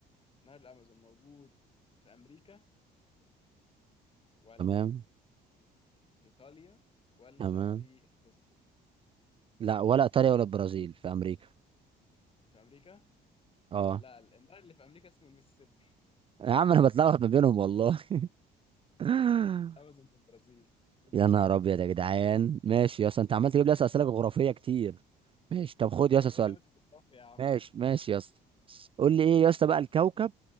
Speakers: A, on the left; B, on the right.
A: نهر الامازون موجود في امريكا ولا
B: تمام
A: في ايطاليا ولا
B: تمام
A: في البرازيل
B: لا ولا ايطاليا ولا البرازيل في امريكا
A: في امريكا
B: اه
A: لا النهر اللي في امريكا اسمه الميسيسيبي
B: يا عم انا بتلخبط ما بينهم والله <laughs>
A: امازون في البرازيل في الجنوب
B: يا نهار ابيض يا جدعان ماشي يا اسطى انت عمال تجيب لي يا اسطى اسئله جغرافيه كتير ماشي طب خد
A: ما انت
B: يا
A: قلت
B: اسطى سؤال
A: جامعة الجغرافيا يا عم
B: ماشي ماشي يا اسطى قول لي ايه يا اسطى بقى الكوكب